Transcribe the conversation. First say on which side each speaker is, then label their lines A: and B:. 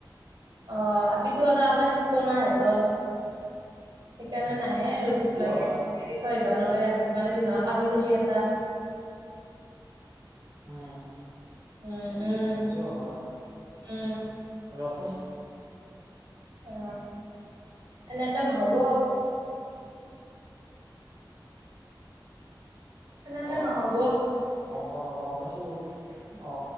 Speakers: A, on the right; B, on the right.
A: অ আপিতো আৰু আগলাই থাকিব না সিহঁতৰ সেইকাৰণে
B: অ'
A: নাহে আৰু
B: সেইটোও
A: লাগে
B: হয়
A: আইবা নৰে মানে যিহ কাপি চলি এটা
B: উম
A: উম উম
B: সেইটোও হয়
A: উম
B: ৰচোন
A: অ এনেকে নহব এনেকে
B: অ'
A: নহব
B: অ গম পাইছো অ